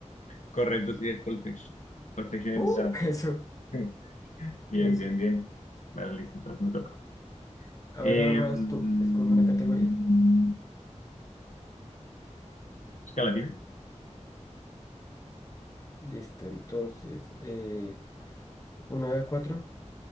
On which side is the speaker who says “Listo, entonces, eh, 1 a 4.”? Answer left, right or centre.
Left